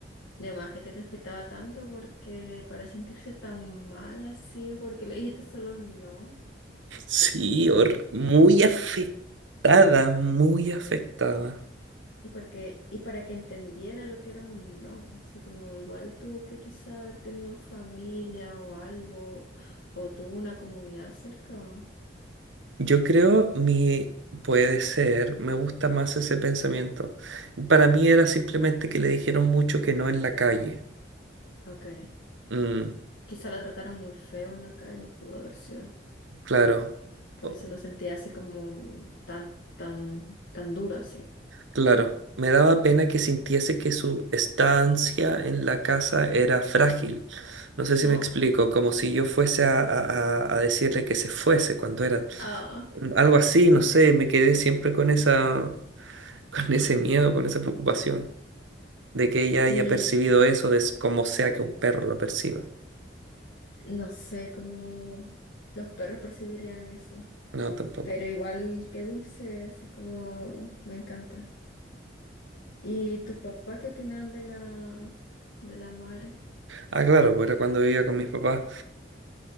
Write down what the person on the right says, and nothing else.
Sí, hor- muy
afectada, muy afectada.
Yo creo mi puede ser, me gusta más ese pensamiento. Para mí era simplemente que le dijeron mucho que no en la calle.
Mm,
claro,
o-
claro. Me daba pena que sintiese que su estancia en la casa era frágil. No sé si
me explico, como si yo fuese a, a a- a decirle que se fuese cuando era
mm, algo así, no sé, me quedé siempre con esa. con ese miedo, con esa preocupación de que ella haya
percibido eso de s- como sea que un perro lo perciba.
No, tampoco.
Ah, claro, pues era cuando vivía con mis papás.